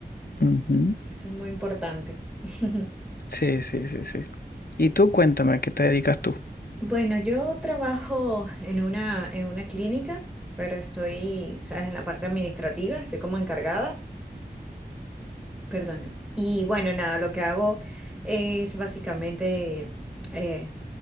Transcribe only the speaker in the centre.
Eso es muy importante. <laughs>
Bueno, yo trabajo en una, en una clínica, pero estoy, ¿sabes? En la parte administrativa, estoy como encargada. Perdona. Y bueno, nada, lo que hago es básicamente eh,